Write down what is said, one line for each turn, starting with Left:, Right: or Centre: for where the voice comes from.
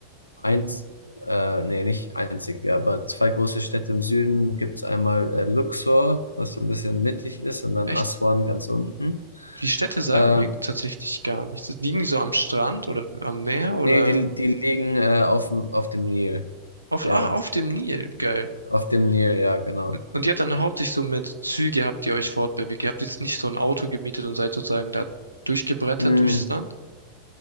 Left: eins, äh, nee, nicht einzige, aber zwei große Städte im Süden gibt es einmal äh, Luxor, was so ein bisschen mittig ist, und dann
Right: echt,
Left: Aswan ganz unten.
Right: die Städte sagen
Left: Ähm,
Right: mir tatsächlich gar nichts. Liegen die so am Strand oder am Meer oder
Left: nee, die, die liegen äh, auf dem, auf dem Nil.
Right: auf,
Left: Ja,
Right: ah, auf dem Nil? Geil.
Left: auf dem Nil, ja, genau.
Right: Und ihr habt dann hauptsächlich so mit Züge habt ihr euch fortbewegt. Ihr habt jetzt nicht so ein Auto gemietet und seid sozusagen da durchgebrettert
Left: Mm.
Right: durchs Land?